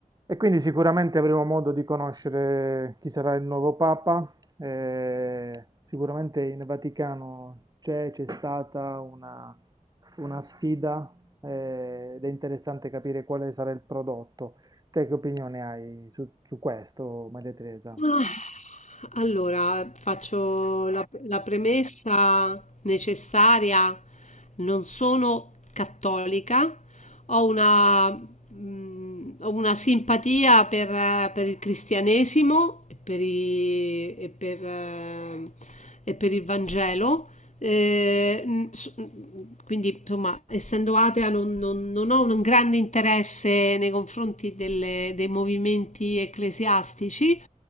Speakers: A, on the right; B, on the left.
A: E quindi sicuramente avremo modo di conoscere chi sarà il nuovo Papa. eh, sicuramente in Vaticano c'è, c'è stata una, una sfida, eh, ed è interessante capire quale sarà il prodotto. Te che opinione hai su, su questo, Maria Teresa?
B: Ah, Allora, faccio la, la premessa necessaria. Non sono cattolica, ho una, mh, ho una simpatia per, eh, per il cristianesimo e per, i- e per, eh, e per il Vangelo, eh, mh, s- mh, quindi, insomma, essendo atea, non, non- non ho un grande interesse nei confronti delle- dei movimenti ecclesiastici.